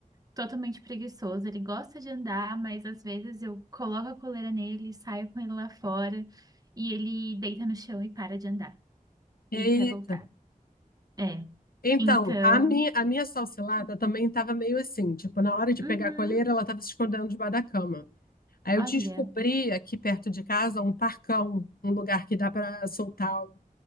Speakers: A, on the right (about 25°); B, on the left (about 90°).
A: totalmente preguiçoso. Ele gosta de andar, mas às vezes eu coloco a coleira nele, saio com ele lá fora e ele deita no chão e para de andar
B: Eita.
A: e quer voltar. É.
B: Então,
A: Então,
B: a minha, a minha salsilada também estava meio assim, tipo, na hora de
A: uhum,
B: pegar a coleira, ela estava se escondendo debaixo da cama. Aí
A: olha,
B: eu descobri aqui perto de casa um parcão, um lugar que dá para soltar o